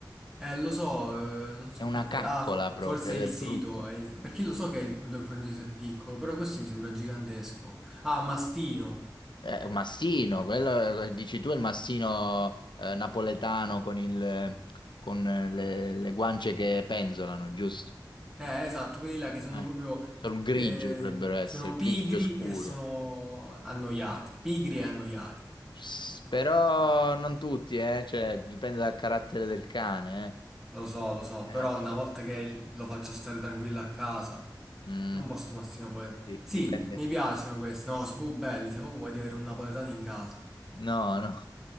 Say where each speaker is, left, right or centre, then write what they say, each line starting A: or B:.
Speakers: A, in the centre; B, on the left.
A: Eh, lo so, eh, non so
B: è una
A: perché.
B: caccola
A: Ah, fo-
B: proprio,
A: forse
B: ed
A: è il
B: è
A: sito,
B: brutto.
A: eh, perché lo so che il log francese è piccolo, però questo mi sembra gigantesco. Ah, Mastino.
B: È un mastino, quello eh, dici tu è il mastino eh, napoletano con il, con eh, le le guance che penzolano, giusto?
A: Eh, esatto, quelli là che sono
B: Eh,
A: proprio
B: sono grigio
A: eh,
B: dovrebbero essere,
A: sono
B: grigio
A: pigri
B: scuro.
A: e sono annoiati, pigri e annoiati.
B: S- Però non tutti, eh, cioè, dipende dal carattere del cane,
A: Lo so, lo so, però
B: eh. Eh,
A: una volta che lo faccio stare tranquillo a casa,
B: mm,
A: è un posto mastino napoletano.
B: di-
A: Sì,
B: dipende.
A: mi piacciono questi, no, sono proprio belli, se proprio vuoi di avere un napoletano in casa.
B: No, no.